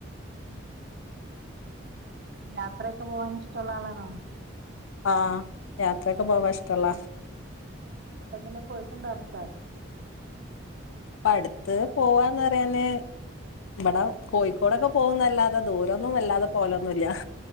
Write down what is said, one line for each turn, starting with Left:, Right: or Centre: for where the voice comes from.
Right: ഉം യാത്രയൊക്കെ പോവാൻ ഇഷ്ടമുള്ള ആളാണോ
Left: ആഹ യാത്രക്കെ പോവാ ഇഷ്ടല്ല
Right: ങ്ങോട്ടെങ്കിലും പോയിട്ടുണ്ടോ അടുത്ത
Left: പ്പ അടുത്ത് പോവാന്ന്റിയാന് ഇവിടെ കോഴിക്കോടൊക്കെ പോകുന്നല്ലാതെ ദൂരന്നും വല്ലാതെ പോലൊന്നുല്ല